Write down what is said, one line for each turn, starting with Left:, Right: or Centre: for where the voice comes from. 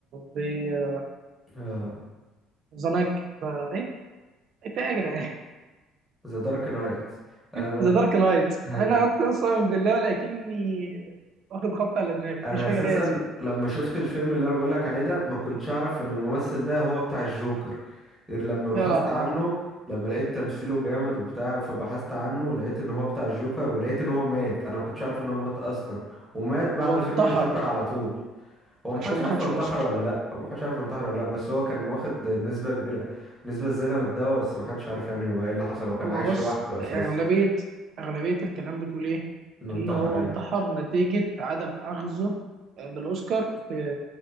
Right: في
Centre: اه
Right: ذا نايت ايه إيه في ايه يا جدعان
Centre: The Dark Knight
Right: <laughs>
Centre: انا
Right: ذا دارك نايت
Centre: هاي
Right: انا اقسم بالله لكني واخد خبط على دماغي
Centre: انا
Right: مش فاكر
Centre: اساسا
Right: ايه اسمها
Centre: لما شفت الفيلم اللي انا بقولك عليه ده ما كنتش اعرف ان الممثل ده هو بتاع الجوكر غير لما بحثت
Right: لا لا انا
Centre: عنه لما لقيت تمثيله جامد وبتاع فبحثت عنه لقيت ان هو بتاع الجوكر ولقيت ان هو مات انا ما كنتش عارف ان هو مات اصلا ومات بعد
Right: هو انتحر
Centre: فيلم الجوكر على طول هو محدش
Right: عشان ما
Centre: عارف
Right: خدش
Centre: هو انتحر
Right: الاوسكار
Centre: ولا لا هو محدش عارف هو انتحر ولا لا بس هو كان واخد نسبة كبيرة نسبة زيادة من الدواء بس محدش عارف يعني هو ايه اللي حصل هو كان
Right: هو
Centre: عايش
Right: بص
Centre: لوحده اساسا
Right: اغلبيه اغلبيه الكلام بتقول ايه
Centre: انه
Right: ان
Centre: انتحر
Right: هو
Centre: ايوه
Right: انتحر نتيجه عدم اخذه آه، للاوسكار في